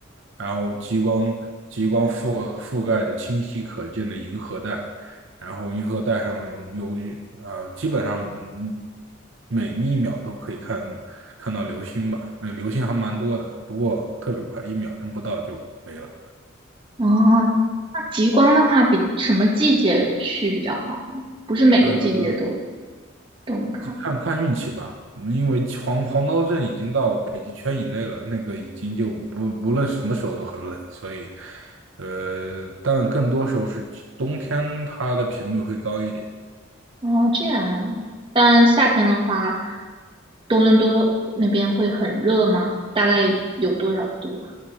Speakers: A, on the right; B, on the right.
A: 然后极光极光覆覆盖着清晰可见的银河带，然后银河带上有一呃，基本上嗯每一秒都可以看看到流星吧，那个流星还蛮多的，不过特别快，一秒钟不到就没了。
B: 哦，那极光的话，比什么季节去比较好呢？不是每个季节都
A: 呃，
B: 都能看。
A: 看看运气吧，嗯因为黄黄刀镇已经到北极圈以内了，那个已经就不无论什么时候都很冷，所以，呃，但更多时候是冬天它的频率会高一点，
B: 哦，这样啊。但夏天的话，多伦多那边会很热吗？大概有多少度啊？